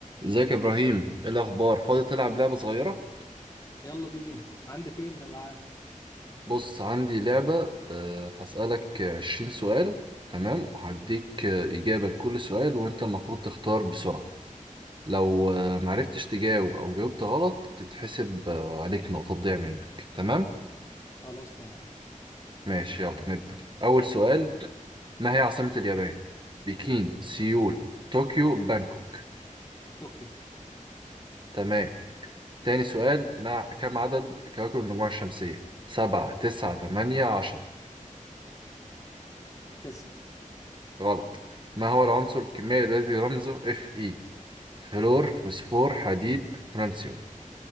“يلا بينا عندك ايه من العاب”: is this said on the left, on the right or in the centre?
Left